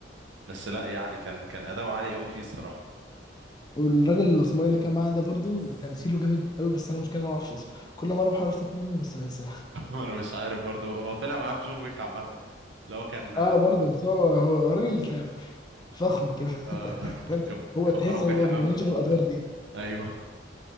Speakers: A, on the right (about 75°); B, on the left (about 20°).
A: بس لأ يعني كان كان أداؤه عالي أوي فيه الصراحة
B: والراجل الاسمراني اللي كان معاه ده برضه تمثيله جامد قوي بس انا المشكله إن انا ما اعرفش اسمه كل مره بحاول افتكر اسمه بس بنساه
A: <laughs> وأنا مش عارف برضه هو طلع معاه بجون ويك عامة اللي هو كان
B: اه برضه بس هو هو راجل فخم كده
A: آه
B: <laughs>
A: <laughs>
B: فانت
A: كان
B: هو
A: كان
B: تحس
A: مربي
B: هو
A: حمام
B: ما بيعملش
A: فوق
B: غير الادوار
A: ده
B: دي
A: أيوه